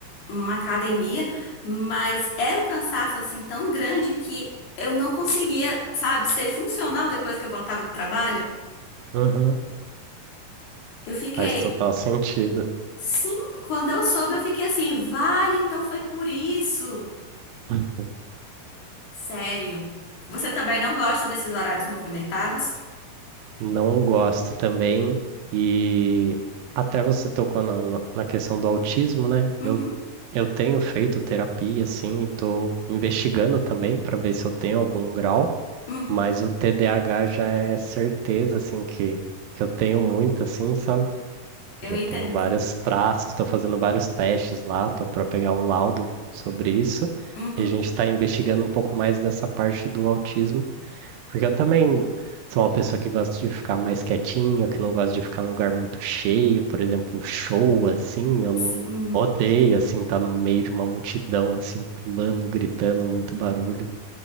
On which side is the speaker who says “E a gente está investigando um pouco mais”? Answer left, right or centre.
Right